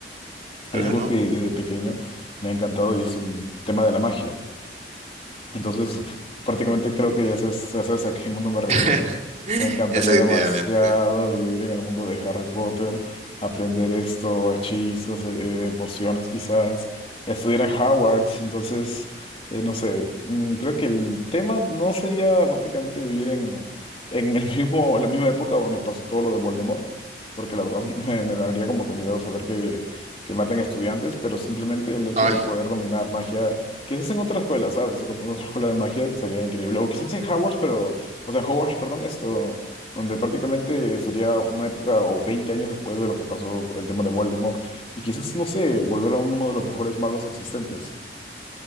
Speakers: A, on the left (about 35°); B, on the right (about 40°).
A: Hay
B: Claro.
A: algo que desde pequeño me ha encantado y es el tema de la magia. Entonces, prácticamente creo que ya sabes, ya sabes a qué mundo me refiero.
B: <laughs>
A: Me encantaría
B: Efectivamente.
A: demasiado vivir en el mundo de Harry Potter, aprender esto, hechizos, eh, eh, pociones quizás, estudiar en Hogwarts, entonces, eh, no sé, mm, creo que el tema no sería prácticamente vivir en, en el <laughs> mismo, la misma época donde pasó todo lo de Voldemort, porque la verdad <laughs> me, me daría como que miedo saber que, que matan estudiantes, pero simplemente el hecho
B: Ay,
A: de poder dominar magia, quizás en otra escuela, ¿sabes? En otra escuela de magia estaría increíble, o quizás en Hogwarts, pero... O sea, en Hogwarts, perdón, esto, donde prácticamente sería una época o 20 años después de lo que pasó el tema de Voldemort. Y quizás, no sé, volver a uno de los mejores magos existentes.